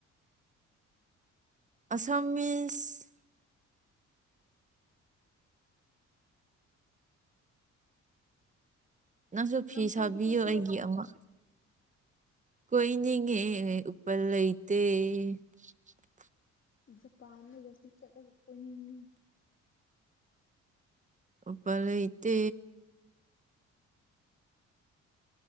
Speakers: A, on the right; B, on the left.
A: ꯑꯁꯥꯝꯁ ꯅꯪꯁꯨ ꯐꯤ
B: ꯂꯝ ꯀꯣꯏꯕ
A: ꯁꯥꯕꯤꯌꯣ
B: ꯆꯠꯁꯤꯔꯣ
A: ꯑꯩꯒꯤ ꯑꯃ ꯀꯣꯏꯅꯤꯡꯉꯦ ꯎꯄꯜ ꯂꯩꯇꯦ <inaudible>
B: ꯖꯄꯥꯟꯗꯒꯁꯨ ꯆꯠꯂꯒ ꯀꯣꯏꯅꯤꯡꯉ
A: ꯎꯄꯥꯔ ꯏꯠꯇ